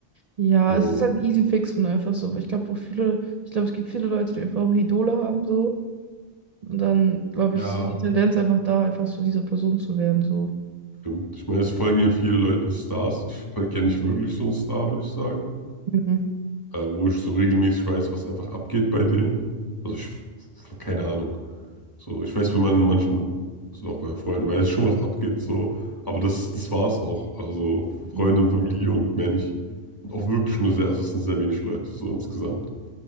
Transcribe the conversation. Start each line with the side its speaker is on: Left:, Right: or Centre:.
Right: Ja,
Left: So,
Right: es ist halt ein Easy Fix und einfach so. Ich glaube auch viele, ich glaube, es gibt viele Leute, die einfach auch Idole haben so. Und dann, glaube
Left: ja.
Right: ich, ist so die Tendenz einfach da, einfach zu dieser Person zu werden, so.
Left: Stimmt. Ich meine, es folgen ja viele Leuten Stars. Ich folge ja nicht wirklich so einen Star, würde ich sagen.
Right: Mhm.
Left: Äh, wo ich so regelmäßig weiß, was einfach abgeht bei denen. Also ich, keine Ahnung. So, ich weiß, wenn man manchen, also auch bei meinen Freunden, weiß schon, was abgeht, so. Aber das, das war es auch. Also
Right: Ja.
Left: Freunde und Familie und mehr nicht. Und auch wirklich nur sehr, also es sind sehr wenig Leute, so insgesamt.